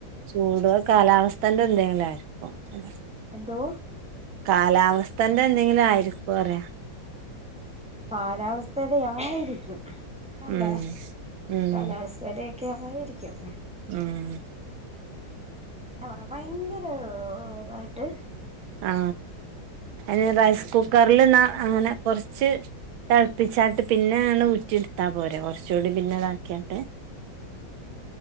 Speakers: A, on the right; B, in the centre.
A: ചൂടോ കാലാവസ്ഥന്റെ എന്തെങ്കിലാ രിക്കു അല്ലെ
B: എന്തോ
A: കാലാവസ്ഥന്റെ എന്തെങ്കിലും ആയിരിക്കു പറയ
B: കാലാവസ്തെടെയായി രിക്കും. അല്ലേ
A: ഉം ഉം
B: കാലാവസ്ഥേടെക്കെ ആയിരിക്കും.
A: ഉം
B: എന്നാ പറയുന്നേ ഭയങ്കര ഇതായിട്ട്
A: ആ അതിന് റൈസ് കു കുക്കറിലെന്ന അങ്ങനെ കുറച്ച് തിളപ്പിച്ചാറീട്ട് പിന്നെ അങ്ങട്ട് ഊറ്റി എടുത്താൽ പോരെ കുറച്ചുകൂടി പിന്നെതാക്കിയാട്ട്.